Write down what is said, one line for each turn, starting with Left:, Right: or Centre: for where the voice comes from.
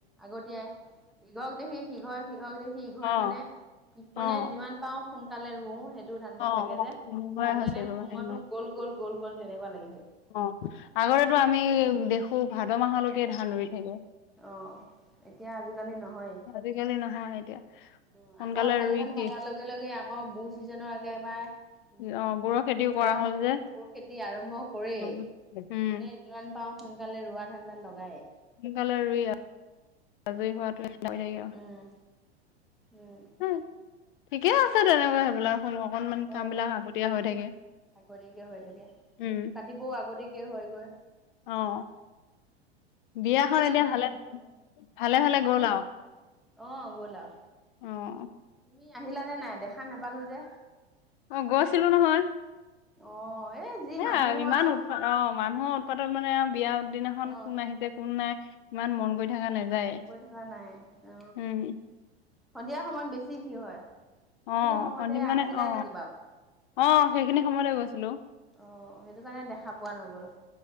Centre: আগতিয়াই, ইঘক দেখি সিঘৰ সিঘক দেখি ইঘৰ
Left: অ
Centre: মানে, কোনে
Left: অ
Centre: যিমান পাওঁ সোনকালে ৰুওঁ সেইটো ধানদাত
Left: অ',
Centre: থাকে
Left: অ',
Centre: যে,
Left: তেনেকুৱাই
Centre: সেইটো
Left: হৈছে
Centre: কাৰণে
Left: গৈ
Centre: সময়তো
Left: মানে
Centre: গ'ল গ'ল গ'ল গ'ল তেনেকুৱা লাগি থাকে।
Left: অ' আগতেো আমি দেখো ভাদ মাহলৈকে ধান ৰুই থাকে।
Centre: অ' এতিয়া আজিকালি নহয়।
Left: আজিকালিৰ নহয় এতিয়া।
Centre: উম,
Left: সোনকালে
Centre: আকৌ শালি
Left: ৰুই
Centre: ধান কাটাৰ
Left: শেষ
Centre: লগে লগে আকৌ ব চিজনৰ আগে এবাৰ উম,
Left: অ', বোৰৰ খেতিও কৰা
Centre: আৰম্ভ
Left: হ'ল যে
Centre: বোৰ খেতি আৰম্ভ কৰেই।
Left: উম, উম।
Centre: যোনে যিমান পাৰোঁ সোনকালে ৰুৱা ধান্ডাত লগায়।
Left: সোনকালে ৰুই আজৰি হোৱাটোৱে <unintelligible>
Centre: উম উম।
Left: উ। ঠিকে আছে তেনেহলে, সেইবিলাক শুনো অকনমানি
Centre: অ'
Left: কাম বিলাক আগতীয়া হৈ থাকে।
Centre: আগতীয়াকে হৈ থাকে,
Left: উম,
Centre: কাটিবও আগতীয়াকে হয় গৈ।
Left: অ'। বিয়াখন
Centre: মিচিং বিলাক
Left: এতিয়া ভালে
Centre: অ',
Left: ভালে
Centre: অ',
Left: ভালে গ'ল
Centre: এই,
Left: আৰু
Centre: অ', গ'ল আও।
Left: অ'।
Centre: তুমি আহিলানে নাই, দেখা নাপালো যে।
Left: অ', গৈছিলো নহয়।
Centre: অ', এই যি
Left: এ
Centre: মানুহ
Left: ইমান
Centre: আও।
Left: উৎপাত অ', মানুহৰ উৎপাতত মানে আৰু বিয়া দিনাখন
Centre: অ অ
Left: কোন আহিছে কোন নাই, ইমান মন
Centre: সেইটো
Left: কৰি থকা নাযায়ে।
Centre: মন কৰি থকা নাই অ
Left: উ।
Centre: সন্ধিয়া সময়ত বেছি ভিৰ হয়। সেইখিনি
Left: অ
Centre: সময়তে
Left: সন্ধি মানে
Centre: আহিছিলা
Left: অ
Centre: নেকি বাৰু?
Left: অ', সেইখিনি সময়তে গৈছিলো।
Centre: অ', সেইটো কাৰণে দেখা পোৱা নগ'ল।